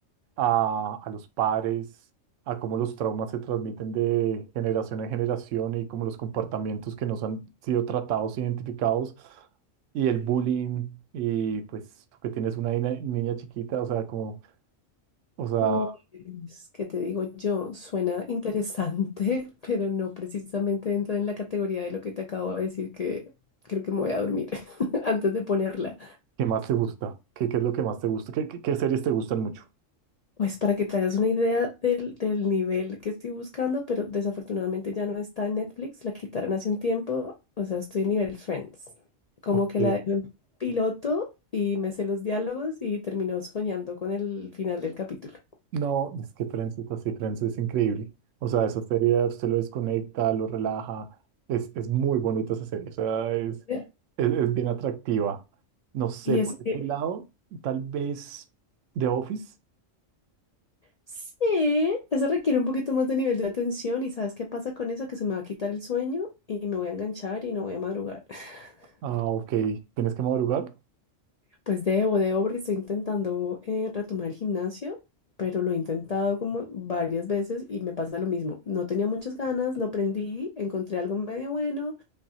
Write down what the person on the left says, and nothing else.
Pues, ¿qué te digo yo? Suena interesante, <laughs> pero no precisamente entra en la categoría de lo que te acabo de decir, que creo que me voy a dormir <laughs> antes de ponerla.
Pues para que te hagas una idea del, del nivel que estoy buscando, pero desafortunadamente ya no está en Netflix, la quitaron hace un tiempo, o sea, estoy nivel Friends, como
que la dejo en piloto y me sé los diálogos y termino soñando con el final del capítulo.
¿Eh?
Y
es
que
sí, eso requiere un poquito más de nivel de atención y ¿sabes qué pasa con eso? Que se me va a quitar el sueño y me voy a enganchar y no voy a madrugar. <laughs>
Pues debo, debo, porque estoy intentando eh, retomar el gimnasio, pero lo he intentado como varias veces y me pasa lo mismo. No tenía muchas ganas, lo prendí, encontré algo medio bueno